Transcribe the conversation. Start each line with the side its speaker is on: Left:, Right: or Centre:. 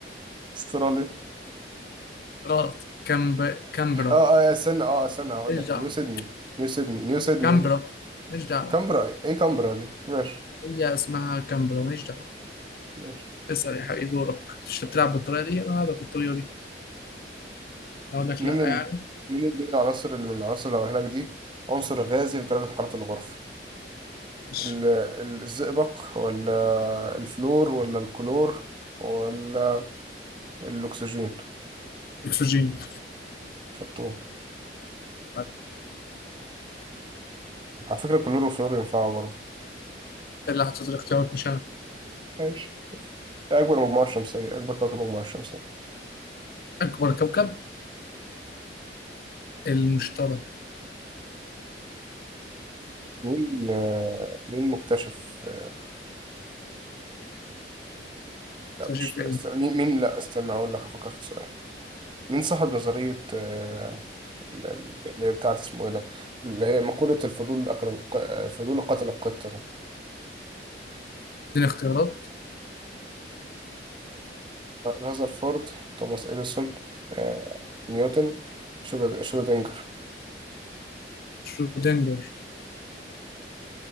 Right: استرالي
Left: غلط كامب... كامبرا
Right: اه اه استنى اه استنى هقول
Left: مش
Right: لك
Left: دعوة
Right: نيو سيدني نيو سيدني نيو سيدني
Left: كامبرا مش دعوة
Right: كامبرا ايه إيه كامبرا دي ماشي
Left: هي اسمها كامبرا مش دعوة
Right: ماشي
Left: اسأل يا حبيبي دورك مش بتلعب بالطريقة دي انا هلعبك بالطريقة دي أنا اقول لك
Right: مين
Left: لا
Right: ال...
Left: يعني
Right: مين ال- مين العناصر اللي من العناصر اللي هقولها لك دي عنصر غازي في درجة حرارة الغرفة
Left: ماشي
Right: ال... ال- الزئبق ولا الفلور ولا الكلور ولا الأكسجين
Left: اكسجين
Right: شطور
Left: بعد-
Right: على فكرة الكلور والفلور ينفعوا برضه
Left: انت اللي حطيت الاختيارات مش انا
Right: ماشي إيه أكبر مجموعة شمسية أكبر كوكب مجموعة شمسية
Left: اكبر كوكب المشتري
Right: مين آه، مين مكتشف آه،
Left: اكتشف
Right: لا مش
Left: ايه
Right: استنى. مين مين لا استنى هقول لك أفكر في سؤال مين صاحب نظرية آه، ال- ال- اللي هي بتاعت اسمه ايه ده اللي هي مقولة الفضول أكل آه، الفضول قتل القطة ده
Left: اديني اختيارات
Right: رذرفورد توماس إديسون آه، نيوتن شرود- شرودنجر
Left: شرودنجر